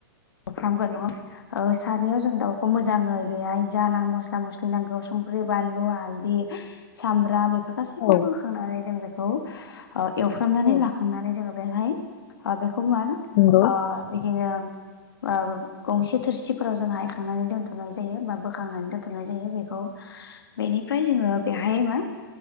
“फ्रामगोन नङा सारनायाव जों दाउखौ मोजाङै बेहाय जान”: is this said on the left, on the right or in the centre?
Left